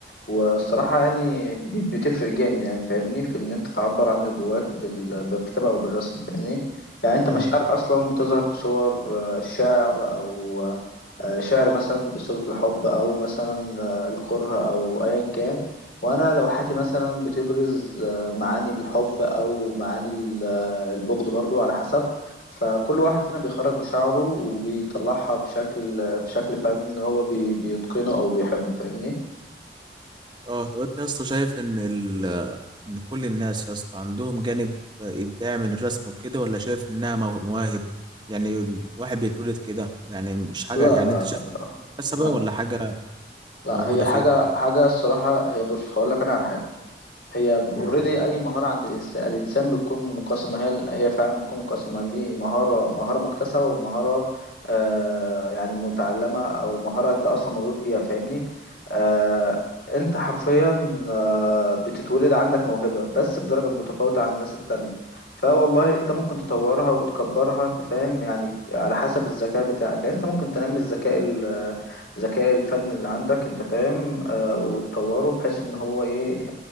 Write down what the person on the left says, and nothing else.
والصراحة يعني ب- بتفرق جامد يعني فاهمني في ان انت تعبر عن اللي جواك بال... بالكتابة او بالرسم فاهمني يعني انت مشاعرك
اصلا بتظهر في صور آه، شعر او آه، شعر مثلا بصيغة الحب او مثلا آه، الكره او ايا كان وانا لوحاتي مثلا بتبرز آه، معاني الحب او معاني ال- آه، البغض برضو على حسب فكل واحد فينا بيخرج مشاعره وبيطلعها في شكل في شكل فن هو بي بيتقنه أو بيحبه فاهمني
لا
لا
لا
لا
لا
هي حاجة
حاجة الصراحة هي بص هقول لك أنا على حاجة هي اوريدي
اي مهاره عند الإنس- الانسان بتكون مقسمه هي هي فعلا بتكون مقسمه ليه مهاره مهاره مكتسبه ومهاره آه يعني متعلمه او مهاره انت اصلا مولود بيها فاهمني آه انت حرفيا آه بتتولد عندك موهبه بس بدرجه متفاوته عن الناس التانية فوالله انت ممكن تطورها وتكبرها انت فاهم يعني على حسب الذكاء بتاعك يعني انت ممكن تنمي الذكاء ال- الذكاء الفني اللي عندك انت فاهم آه وتطوره بحيث ان هو ايه